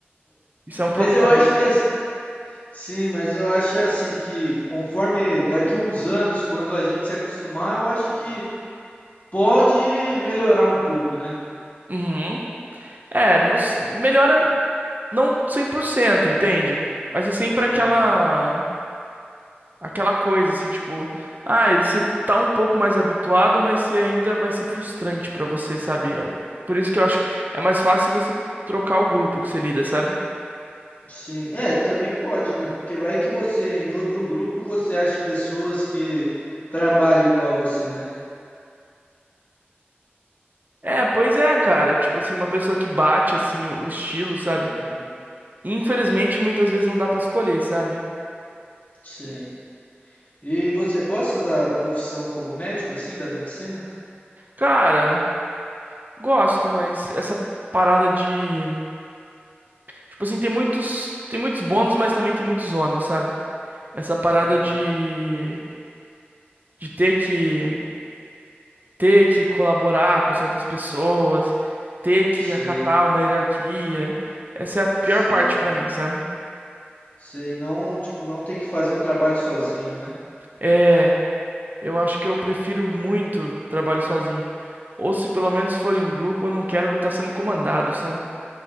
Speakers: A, on the right (about 45°); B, on the left (about 45°).
A: Isso é um
B: mas
A: problema.
B: eu acho que é Sim, mas eu acho assim que conforme daqui uns anos, quando a gente se acostumar, eu acho que pode melhorar um pouco, né?
A: Uhum. É, não s- melhora não 100%, entende? Mas é sempre aquela
B: Uhum.
A: aquela coisa assim, tipo, ah, você tá um pouco mais habituado, mas você ainda vai ser frustrante pra você, sabe? Eu- Por isso que eu acho que é mais fácil você trocar o grupo que você lida, sabe?
B: Sim, é, também pode, né? Porque vai que você, em outro grupo, você acha pessoas que trabalham igual a você, né?
A: É, pois é, cara. Tipo assim, uma pessoa que bate assim o, o estilo, sabe?
B: Uhum.
A: Infelizmente, muitas vezes não dá pra escolher, sabe?
B: Sim. E você gosta da profissão como médico, assim, da medicina?
A: Cara, gosto, mas essa parada de. Tipo assim, tem muitos. Tem muitos bônus, mas também tem muitos ônus, sabe? Essa parada
B: Uhum.
A: de. De ter que. Ter que colaborar com certas pessoas, ter que
B: Sei,
A: acatar uma hierarquia. Essa é a pior
B: sei,
A: parte pra mim, sabe?
B: sei. Não, tipo, não ter que fazer o trabalho sozinho, né?
A: É. Eu acho que eu prefiro muito trabalho sozinho. Ou se pelo menos for em grupo, eu não quero estar sendo comandado, sabe?